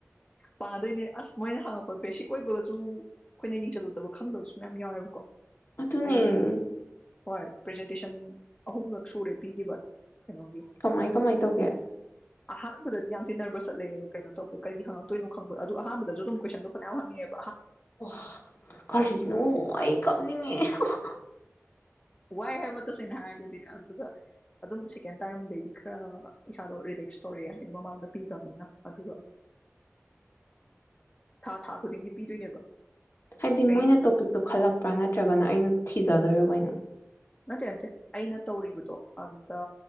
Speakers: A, on the left; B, on the left.
A: ꯄꯥꯗꯣꯏꯅꯦ ꯑꯁ ꯃꯣꯏꯅ ꯍꯥꯡꯉꯛꯄ ꯕꯦꯁꯤꯛ ꯑꯣꯏꯕꯒꯁꯨ ꯑꯩꯈꯣꯏꯅ ꯌꯦꯡꯁꯜꯂꯨꯗꯕ ꯈꯪꯗꯕꯁꯨ ꯃꯌꯥꯝ ꯌꯥꯎꯋꯦꯕꯀꯣ
B: ꯑꯗꯨꯅꯦ
A: ꯑꯩ ꯍꯣꯏ ꯄ꯭ꯔꯦꯖꯦꯟꯇꯦꯁꯟ ꯑꯍꯨꯝꯂꯛ ꯁꯨꯔꯦ ꯄꯤꯈꯤꯕ ꯀꯩꯅꯣꯒꯤ
B: ꯀꯃꯥꯏ ꯀꯃꯥꯏ ꯇꯧꯒꯦ
A: ꯑꯍꯥꯟꯕꯗꯗꯤ ꯌꯥꯝ ꯊꯤ ꯅꯔꯕꯁ ꯆꯠꯂꯦ ꯀꯩꯅꯣ ꯇꯧꯒꯦ ꯀꯔꯤꯒꯤ ꯍꯪꯉꯛꯇ ꯅꯣ ꯈꯪꯕ꯭ꯔꯥ ꯑꯗꯨ ꯑꯍꯥꯟꯕꯗꯁꯨ ꯑꯗꯨꯝ ꯀꯣꯏꯁꯟꯗꯣ ꯐꯥꯅꯥꯌꯥꯝ ꯍꯪꯉꯦꯕ
B: ꯋꯥ ꯀꯔꯤꯅꯨ ꯑꯩ ꯀꯞ ꯅꯤꯡꯉꯦ ꯏꯍꯥ-ꯍꯥ
A: ꯋꯥꯏ ꯍꯥꯏꯕ ꯇꯥꯁꯦꯡꯅ ꯍꯥꯏꯔꯒꯗꯤ ꯑꯗꯨꯒ-ꯑꯗꯨꯝ ꯁꯦꯀꯦꯟ ꯇꯥꯏꯝꯗꯩꯗꯤ ꯈꯔ ꯏꯁꯥꯗꯣ ꯔꯤꯂꯦꯛꯁ ꯇꯧꯔꯛꯑꯦ ꯍꯥꯏꯗꯤ ꯃꯃꯥꯡꯗ ꯄꯤꯗ꯭ꯔꯝꯅꯤꯅ ꯑꯗꯨꯒ ꯊꯥ- ꯊꯥ ꯈꯨꯗꯤꯡꯒꯤ ꯄꯤꯗꯣꯏꯅꯦꯕ
B: ꯍꯥꯏꯗꯤ
A: ꯑꯩ
B: ꯃꯣꯏꯅ ꯇꯣꯄꯤꯛꯇꯣ ꯈꯜꯂꯛꯄ꯭ꯔꯥ ꯅꯠꯇ꯭ꯔꯒꯅ ꯑꯩꯅ ꯊꯤꯖꯗꯣꯏꯔꯣ ꯋꯩꯅꯣ
A: ꯅꯠꯇꯦ-ꯅꯠꯇꯦ ꯑꯩꯅ ꯇꯧꯔꯤꯕꯗꯣ ꯑꯗꯨꯗ